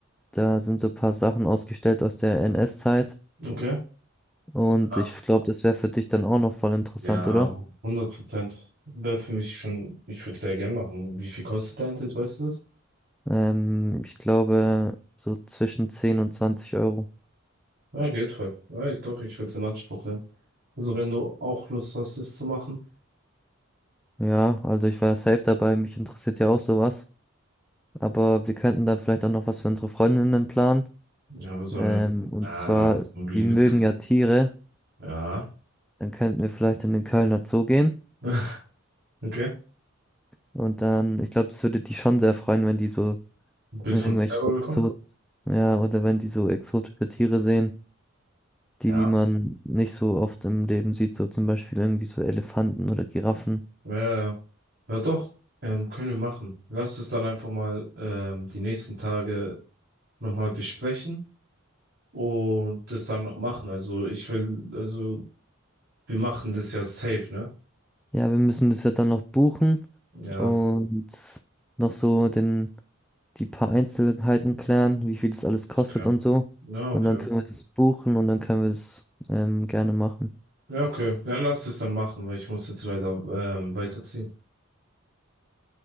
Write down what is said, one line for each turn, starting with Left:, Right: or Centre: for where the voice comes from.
Centre: Da sind so ein paar Sachen ausgestellt aus der NS-Zeit.
Right: okay.
Centre: Und
Right: Ja,
Centre: ich glaube, das wäre für dich dann auch noch voll interessant,
Right: ja,
Centre: oder?
Right: hundert Prozent. Wäre für mich schon, ich würde sehr gern machen. Wie viel kostet dein Ticket, weißt du das?
Centre: Ähm, ich glaube, so zwischen 10 und 20 Euro.
Right: Ja, geht voll. Ja, ich, doch, ich würde es in Anspruch nehmen. Also wenn du auch Lust hast, das zu machen.
Centre: Ja, also ich war safe dabei. Mich interessiert ja auch sowas. Aber wir könnten dann vielleicht auch noch was für unsere Freundinnen planen.
Right: ja, aber so
Centre: Ähm,
Right: äh,
Centre: und
Right: so
Centre: zwar,
Right: ein Liebeskuss.
Centre: die mögen ja Tiere.
Right: Ja.
Centre: Dann könnten wir vielleicht in den Kölner Zoo gehen.
Right: <laughs> Okay.
Centre: Und dann, ich glaube, das würde die schon sehr freuen, wenn die so
Right: Ein Bild
Centre: Irgendwelche
Right: von sich selber
Centre: Exot,
Right: bekommen?
Centre: ja, oder wenn die so exotische Tiere sehen,
Right: Ja.
Centre: die, die man nicht so oft im Leben sieht, so zum Beispiel irgendwie so Elefanten oder Giraffen.
Right: Ja, ja doch, ähm, können wir machen. Lass es dann einfach mal ähm, die nächsten Tage nochmal besprechen. und das dann machen. Also ich will, also wir machen das ja safe, ne?
Centre: Ja, wir müssen das ja dann noch buchen
Right: Ja,
Centre: und noch so den, die paar Einzelheiten klären, wie viel das alles kostet
Right: Okay.
Centre: und so.
Right: ja,
Centre: Und
Right: okay.
Centre: dann tun wir das buchen und dann können wir das ähm, gerne machen.
Right: Ja, okay. Ja, lass es dann machen, weil ich muss jetzt leider ähm, weiterziehen.